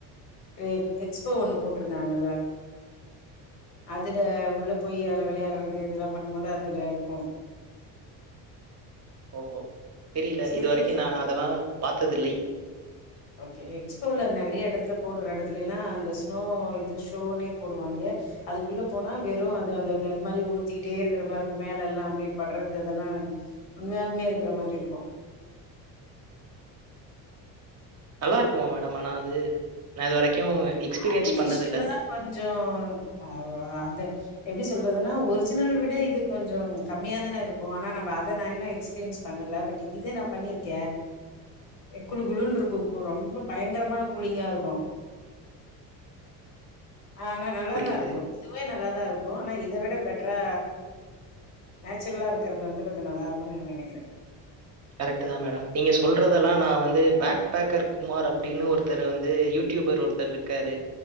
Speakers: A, on the left; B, on the right.
A: ரு எக்ஸ்போ ஒன்னு போட்ருந்தாங்கல்ல அதுல உள்ள போய் அத்ல வெளையாற்றது இதுலா பண்ணும்மோது அதுல இருக்கு
B: ஓஹோ தெரியில
A: சரி
B: இது வரக்கு நா அதலா பாத்ததுல்லை
A: ஓகே எக்ஸ்போல நெறைய எடத்துல போடுற எடத்துலிலா அந்த ஸ்னோ இது ஷோனே போடுவாங்க அதுக்குள்ள போனா வெறு அது அது அது அது மாரி ஊத்திகிட்டே இருக்குற மாருக்கு மேலெல்லா அப்டே பட்றது அதெல்லா உண்மயாலுமே இருக்குற மாரி இருக்கு
B: நல்லாருக்குமா மேடம் ஆனா அது நான் இதுவரைக்கும் எக்ஸ்பீரியன்ஸ்
A: ஆர்டிபிஷ்யலா
B: பண்ணதில்ல.
A: கொஞ்சொ <unintelligible> அதே எப்டி சொல்றதுனா ஒர்ஜினல் விட இது கொஞ்சொம் கம்மியா தான இருக்கு ஆனா நம்ப அத நா இன்னும் எக்ஸ்பீரியன்ஸ் பண்ணல பட் இது நா பண்ணிருக்கே குலு குலுன்ருக்கு கு ரொம்ப பயங்கரமான குலிங்கா இருக்கு ஆனா நல்லாதா
B: புரியுது.
A: இருக்கு இதுவே நல்லாதா இருக்கு ஆனா இது இத விட பெட்ரா நேச்சுரல்லா இருக்கிறது வந்து கொஞ்ச நல்லாருக்கு ந நெனக்கிறேன்
B: கரெக்டு தா மேடம் நீங்க சொல்றதெல்லா நா வந்து பேக் பேக்கர் குமார் அப்டினு ஒருத்தர் வந்து யூட்யூபர் ஒர்த்தர்ருக்காரு